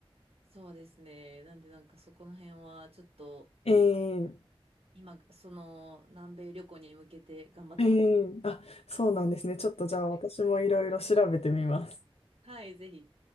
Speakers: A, on the right; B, on the left.
A: そうですね。なんでなんかそこの辺はちょっと
B: ええ
A: 今、その南米旅行に向けて頑張ってます。
B: ええあ、そうなんですね。ちょっとじゃあ私もいろいろ調べてみます。
A: はい。はい、ぜひ。